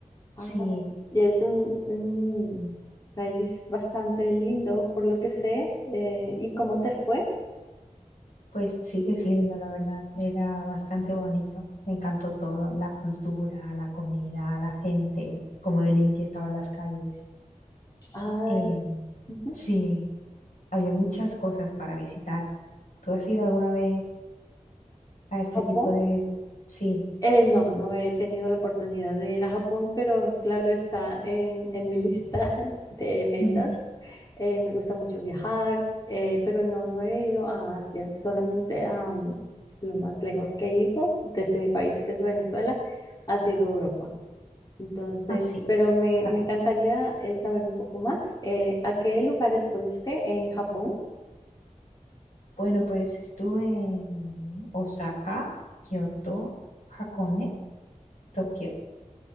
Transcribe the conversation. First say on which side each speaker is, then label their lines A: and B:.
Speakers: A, on the left; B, on the left.
A: Sí,
B: Ah, y es un, un país bastante lindo, por lo que sé. eh, ¿y cómo te fue?
A: pues sí que es lindo, la verdad. Era bastante bonito. Me encantó todo, la cultura, la comida, la gente, cómo de limpia estaban las calles.
B: Ah,
A: Em,
B: ujú,
A: sí, había muchas cosas para visitar. ¿Tú has ido alguna vez a este
B: Japón.
A: tipo de... Sí,
B: Eh, no, no he tenido la oportunidad de ir a Japón, pero claro, está en, en mi lista <laughs> de metas.
A: Ujú.
B: Eh, me gusta mucho viajar, eh, pero no, no he ido a Asia, solamente a mm, lo más lejos que he ido desde mi país, que es Venezuela, ha sido Europa. Entonces,
A: ah sí.
B: pero me,
A: Ah,
B: me encantaría eh, saber un poco más. eh, ¿a qué lugares fuiste en Japón?
A: Bueno, pues estuve en Osaka, Kioto, Hakone, Tokio